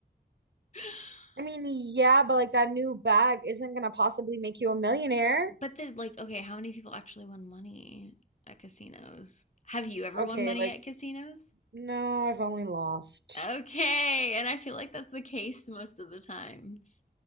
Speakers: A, on the left; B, on the right.
A: <laughs>
B: I mean, yeah, but like that new bag isn't gonna possibly make you a millionaire.
A: but then like, okay, how many people actually won money at casinos? Have you ever
B: Okay,
A: won money
B: like,
A: at casinos?
B: no, I've only lost.
A: Okay, and I feel like that's the case most of the times.